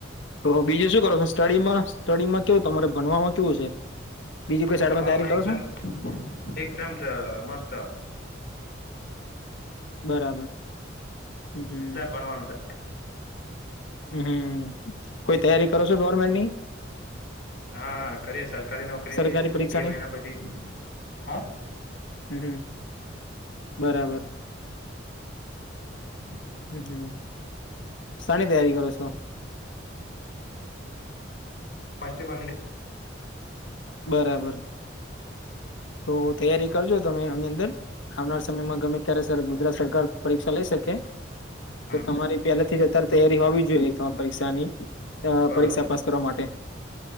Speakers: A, on the left; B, on the left.
A: તો બીજું શું કરો સ્ટડીમાં સ્ટડીમાં કેવું તમારે ભણવામાં કેવું છે. બીજી કોઈ સાઈડમાં
B: ભણવામાં
A: તૈયારી કરો
B: એકદમ
A: છો?
B: એકદમ અ મસ્ત.
A: બરાબર હમ્મ.
B: જોરદાર ભણવાનું છે
A: મ કોઈ તૈયારી કરો છો ગવર્મેન્ટની?
B: હા હા કરીએે સરકારી નોકરીની
A: સરકારી પરીક્ષાની?
B: બે મહિના પછી હ.
A: હમ હમ બરાબર.
B: <unintelligible> <unintelligible>
A: હમ હમ શાની તૈયારી કરો છો.
B: કોન્સ્ટેબલ ની.
A: બરાબર. તો તૈયારી કરજો તમે આની અંદર. આવનાર સમયમાં ગમે ત્યારે ગુજરાત સરકાર પરીક્ષા લઈ શકે.
B: હા
A: તો તમારી પેલાથી જ અત્યાર તૈયારી હોવી જોઈએ તમા પરીક્ષા ની અ
B: બરોબર
A: પરીક્ષા પાસ. કરવા માટે